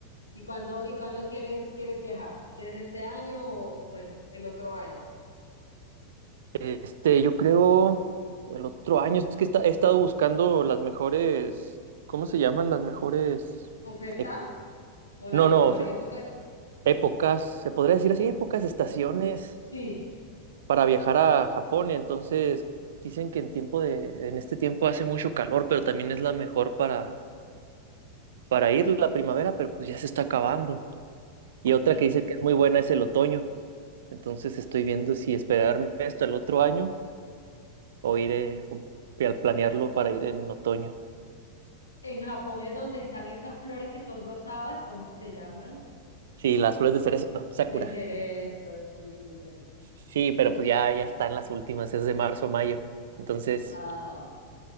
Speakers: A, on the left (about 80°); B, on the right (about 60°).
A: ¿Y cuándo, y cuándo quieres, quieres viajar? ¿Quieres este año o, o, pues el otro año?
B: Este, yo creo el otro año, es que esta- he estado buscando las mejores, ¿cómo se llaman? Las mejores,
A: ¿Ofertas
B: ep-
A: o las
B: no,
A: en
B: no,
A: mejores
B: o sea,
A: épocas?
B: épocas, se podría decir así, épocas, estaciones
A: Sí.
B: para viajar a Japón. Entonces, dicen que en tiempo de, en este tiempo hace mucho calor, pero también es la mejor para, para ir la primavera, pero pues ya se está acabando. Y otra
A: Y
B: que dice que es muy buena es el otoño. Entonces, estoy viendo si esperarme hasta el otro año o ir, eh, fu- al planearlo para ir en otoño.
A: en Japón es donde están estas flores que son rosadas, ¿cómo es que se llaman?
B: Sí, las flores de cerezo, Sakura.
A: De cerezo, sí, de cerezo.
B: Sí, pero pues ya, ya están las últimas, es de marzo a mayo. Entonces,
A: Ah.